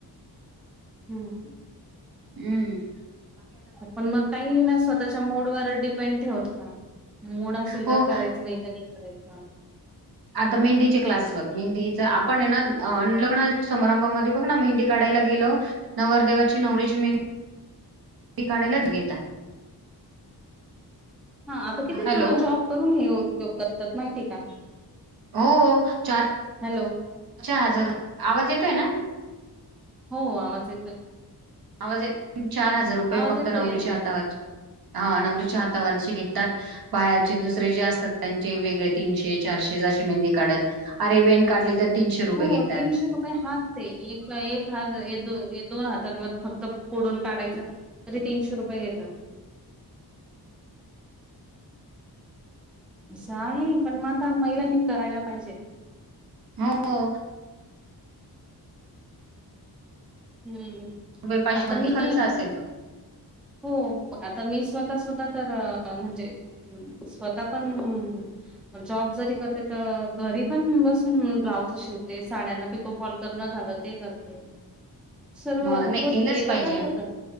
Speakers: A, in the centre; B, on the right.
A: हम्म
B: हम्म
A: पण मग काही ना स्वतःच्या मूडवर डिपेंड ठेवतात मूड असेल
B: हो
A: तर करायचं, नाही तर नाही करायचं.
B: आता मेहंदीचे क्लास बघ मेहंदीच आप - आपण हायना लग्न समारंभामध्ये बघ ना मेंहदी काढायला गेलो नवर देवाची नवरीची मेंहदी काढायला घेतात. <inaudible>
A: हा आता कितीच
B: हॅलो
A: जण जॉब करून, हे उद्योग करतात, माहिती का?
B: हो, चार
A: हॅलो
B: हजार <unintelligible>
A: हो, आवाज येतोय
B: आवाज येेतोय, चार हजार रुपये
A: आवाज
B: फक्त
A: येतोय
B: नवरीच्या
A: येतोय
B: हातावर हा नवरीच्या हातावरचे घेतात. बाहेरचे दुसरे जे असतात त्यांचे वेगळे तीनशे, चारशे जशी मेंदी काढल, अरे वीण काढली तर तीनशे रुपये
A: हो
B: घेतात
A: तीनशे रुपये हात ते एक एक हात दोन हातांवर फक्त पुढून काढायचं तरी तीनशे रुपये घेतात. असं आहे, पण म आता महिलांनी करायला पाहिजे.
B: हो <unintelligible>
A: हम्म
B: रुपये पैशवांती
A: आता मी
B: खर्च असेल <unintelligible>
A: हो आता मी स्वतः सुद्धा तर म्हणजे स्वतः पण जॉब जरी करते त घरी पण बसून ब्लाउज शिवते, साड्यांना पिकोफॉल कर पून्हा झालं, ते करते सर्व
B: म नाही,
A: होत
B: केलंच
A: केलं
B: पाहिजे,
A: तर होत